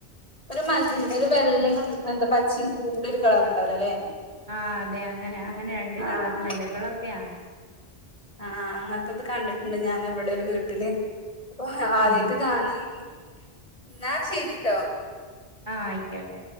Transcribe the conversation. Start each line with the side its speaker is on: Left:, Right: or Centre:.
Left: ഒരു മ ഒരു വെള്ളെ എന്താ പ ച്ചീ കൂടൊരു കളറുണ്ടാവുലെ അങ്ങനെ
Right: ആഹ് അതെ അങ്ങനെ അങ്ങനെ രണ്ട്
Left: ആഹ്
Right: കളറ്ള്ളെ എലകളൊക്കെയാണ്
Left: ആഹ് അങ്ങൻത്തത് കണ്ടിട്ട്ണ്ട് ഞാൻ ഇവ്ടെ ഒരു വീട്ടില് അപ്പൊ ആദ്യായിട്ട്
Right: ആ
Left: കാണയ്ന് ന്നാ ശരിട്ടോ
Right: ആഹ് ആയിക്കോട്ടെ